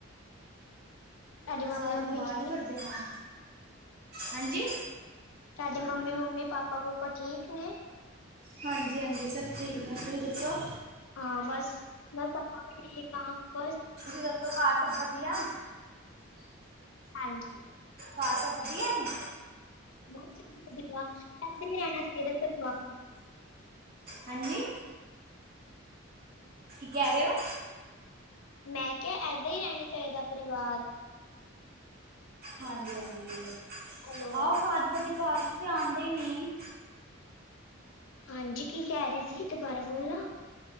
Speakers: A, on the left; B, on the right.
A: ਤੁਹਾਡੀ
B: ''ਮੈਂ'ਸਾਰਾ
A: ਮੰਮੀ ਮੰਮੀ
B: ਦਿਨ ਬਾਹਰ
A: ਠੀਕ
B: ਨੀ ਕੱਢਦੀ ਉਹਨਾਂ ਨੂੰ। ਹਾਂਜੀ।
A: ਤੁਹਾਡੀ ਮੰਮੀ ਮੰਮੀ, ਪਾਪਾ ਪੂਪਾ ਠੀਕ ਨੇ।
B: ਹਾਂਜੀ ਹਾਂਜੀ ਸਭ ਠੀਕ ਨੇ ਤੁਸੀਂ ਦੱਸੋ?
A: ਹਾਂ ਬਸ ਬਸਠ ਹ ਬ <unintelligible>
B: ਤੁਸੀਂ ਦੱਸੋ ਕਾਰ ਘਰ ਸਭ ਵਧੀਆ
A: ਹਾਂਜੀ
B: ਘਰ ਸਭ ਵਧੀਆ ਨੇ।
A: <unintelligible>
B: ਹਾਂਜੀ ਕਿ ਕਹਿ ਰਹੇ ਹੋ?
A: ਮੈਂ ਕਿਹਾ ਏਦਾਂ ਹੀ ਰਹਿਣਾ ਚਾਹੀਦਾ। ਪਰਿਵਾਰ
B: ਹਾਂਜੀ, ਹਾਂਜੀ
A: ਹੈਲੋ,
B: ਆਉ ਘਰ ਕਦੀ। ਘਰ ਚ ਤੇ ਆਉਂਦੇ ਹੀ ਨਹੀ।
A: ਹਾਂਜੀ, ਕੀ ਕਹਿ ਰਹੀ ਸੀ। ਦੁਬਾਰਾ ਬੋਲਣਾ